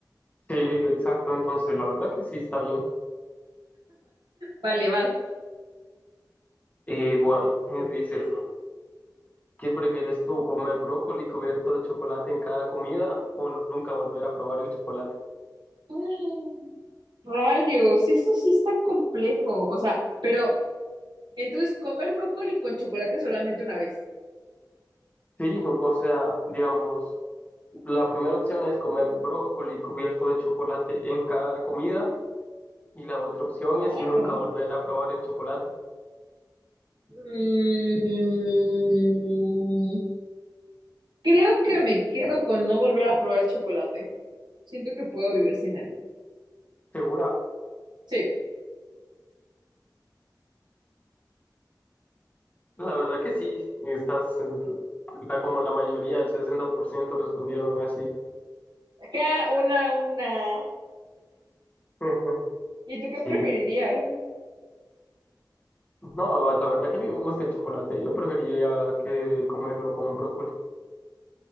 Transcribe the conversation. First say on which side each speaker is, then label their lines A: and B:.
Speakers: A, on the left; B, on the right.
A: sí, exacto, entonces la verdad que sí está bien.
B: Vale, vas.
A: Eh, bueno, dice, ¿Qué prefieres tú, comer brócoli cubierto de chocolate en cada comida o nunca volver a probar el chocolate?
B: Mm, Rayos, eso sí está complejo. O sea, pero Entonces, comer brócoli con chocolate solamente una vez.
A: Sí, o o sea, digamos, la primera opción es comer brócoli cubierto de chocolate en cada comida y la otra opción
B: Ah,
A: es nunca
B: no.
A: volver a probar el chocolate.
B: Mm, creo que me quedo con no volver a probar chocolate. Siento que puedo vivir sin él.
A: ¿Segura?
B: Sí.
A: La verdad que sí, estás eh, está como la mayoría, el 60% respondieron así.
B: Acá una, a una.
A: <laughs>
B: ¿Y tú qué
A: Sí,
B: preferirías?
A: no, la la verdad que a mí me gusta el chocolate, yo preferiría que comerlo con brócoli.